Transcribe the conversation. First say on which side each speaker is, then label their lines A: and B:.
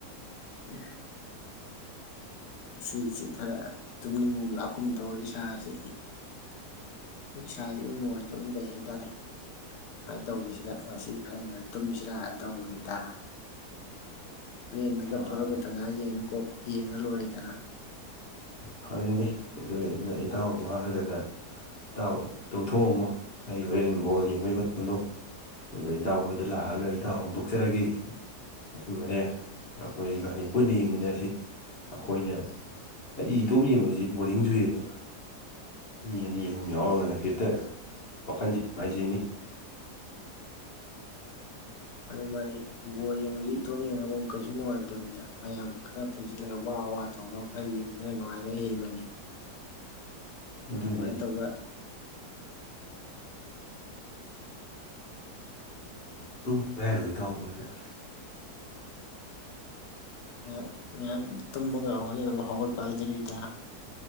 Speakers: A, on the left; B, on the left.
A: ꯎꯝ ꯉꯁꯤꯖꯤ ꯈꯔ ꯇꯨꯝꯅꯤꯡꯒꯨꯝ ꯂꯥꯛꯀꯨꯝ ꯇꯧꯋꯤ ꯏꯁꯥꯁꯤ ꯏꯁꯥꯁꯦ ꯏꯅꯨꯡꯉꯥꯏꯇꯕ ꯂꯩ ꯍꯥꯏꯇꯥꯔꯦ ꯁꯨꯃꯥꯏꯟ ꯇꯧꯕꯁꯤꯗ ꯉꯁꯤ ꯈꯔ ꯉꯟꯅ ꯇꯨꯝꯖꯤꯔꯥ ꯇꯧꯕꯅꯤꯗ ꯍꯣꯔꯦꯟ ꯃꯤꯀꯞ
B: ꯑꯥ
A: ꯊꯣꯛꯂꯛꯄ ꯊꯟꯖ ꯌꯦꯡꯗ ꯀꯣꯛ ꯌꯦꯡꯉ ꯂꯣꯏꯔꯦꯗꯅ
B: ꯐꯥꯔꯦꯅꯦ ꯑꯗꯨ ꯑꯗꯨ ꯏꯇꯥꯎꯕꯨ ꯍꯥꯏꯔꯒꯅ ꯏꯇꯥꯎ ꯇꯨꯝꯊꯣꯛꯑꯝꯃꯣ ꯑꯩ ꯍꯣꯔꯦꯟ ꯕꯣꯜ ꯌꯦꯡꯕꯩ ꯃꯇꯝꯗꯣ ꯑꯗꯨꯎ ꯏꯇꯥꯎꯍꯣꯏꯗ ꯂꯥꯛꯑꯒ ꯏꯇꯥꯎ ꯍꯧꯗꯣꯛꯆꯔꯒꯦ ꯑꯗꯨꯒꯅꯦ ꯑꯩꯈꯣꯏ ꯏꯕꯥꯅꯤ ꯄꯨꯟꯅ ꯌꯦꯡꯃꯤꯟꯅꯁꯤ ꯑꯩꯈꯣꯏꯅ ꯑꯩꯗꯤ ꯏꯇꯣꯝ ꯌꯦꯡꯕꯁꯤ ꯕꯣꯔꯤꯡ ꯆꯨꯏꯌꯦꯕ ꯃꯤ ꯑꯅꯤ ꯑꯍꯨꯝ ꯌꯥꯎꯔꯒꯅ ꯍꯦꯛꯇ ꯋꯥꯈꯜꯖꯤ ꯅꯨꯡꯉꯥꯏꯖꯩꯅꯦ
A: ꯃꯥꯅꯤ ꯃꯥꯅꯤ ꯕꯣꯜ ꯌꯦꯡꯕꯁꯤ ꯏꯇꯣꯟ ꯌꯦꯡꯉꯕ ꯀꯩꯁꯨ ꯅꯨꯡꯉꯥꯏꯇꯕꯅꯤꯗ ꯃꯌꯥꯝ ꯈꯔ ꯄꯨꯟꯁꯤꯜꯂꯒ ꯋꯥꯋꯥ ꯇꯣꯅꯕ ꯈꯔ ꯌꯦꯡꯕꯅ ꯅꯨꯡꯉꯥꯏꯕ ꯍꯦꯟꯕꯅꯤ
B: ꯑꯗꯨꯅꯤ
A: ꯁꯨꯃꯥꯏꯟ ꯇꯧꯕ
B: ꯇꯨꯝꯃꯒꯦ ꯍꯥꯏꯔꯣ ꯏꯇꯥꯎꯕꯨ ꯍꯧꯖꯤꯛ
A: ꯉꯥꯏꯍꯥꯛ ꯉꯥꯏꯍꯥꯛ ꯇꯨꯝꯃꯒ ꯍꯣꯔꯦꯟ ꯑꯃꯨꯛ ꯍꯧꯒꯠꯄ ꯍꯥꯏꯗꯨꯅꯤꯗ